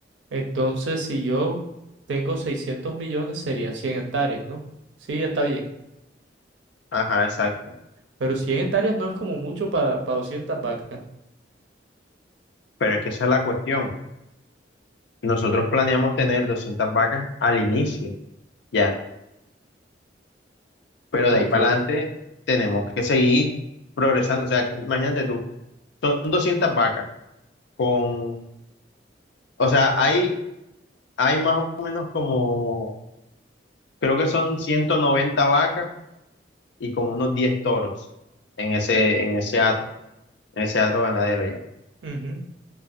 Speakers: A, on the right; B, on the left.
A: Entonces, si yo tengo 600 millones, serían 100 hectáreas, ¿no? Sí, está bien.
B: Ajá, exacto.
A: Pero 100 hectáreas no es como mucho para 200 vacas.
B: Pero es que esa es la cuestión. Nosotros planeamos tener 200 vacas al inicio, ya. Pero
A: Ok.
B: de ahí para adelante tenemos que seguir progresando. O sea, que- imagínate tú, son 200 vacas con, o sea, hay, hay más o menos como, creo que son 190 vacas y como unos 10 toros en ese, en ese hato, en ese hato ganadero ya.
A: Ujú.